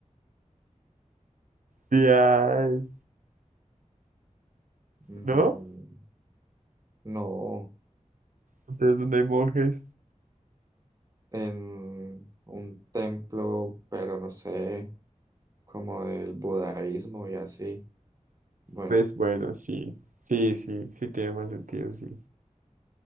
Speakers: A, on the right; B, on the right.
A: Sí hay,
B: Mm,
A: ¿no?
B: no.
A: Entonces, ¿dónde hay monjes?
B: en un templo, pero no sé, como del budaísmo y así. Bueno,
A: Pues bueno, sí. Sí, sí, sí tiene más sentido, sí.